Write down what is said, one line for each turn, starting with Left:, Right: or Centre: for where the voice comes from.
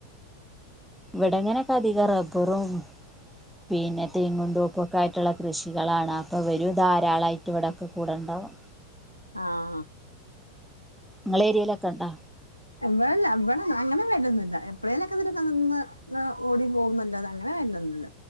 Centre: ഇവിടെങ്ങനൊക്കെ അധികം റബ്ബറും പിന്നെ <unintelligible> കൊണ്ട് <unintelligible> ക്കായിട്ടുള്ള കൃഷികളാണ് അപ്പൊ ഇവരും ധാരാളമായിട്ട് ഇവിടൊക്കെ കൂടണ്ടാവും
Left: ആ ഹ
Centre: നിങ്ങളെ ഏരിയയിലൊക്കെ ഇണ്ടാ
Left: ഇവിടെല്ല ഇവിടെ അങ്ങനെ വരോ ന്നില്ല എപ്പോഴേലൊക്കെ ഇതിക്കെ നിന്ന് ഓടി പോകുന്നില്ല അത് അങ്ങനെ വല്ലുന്നില്ല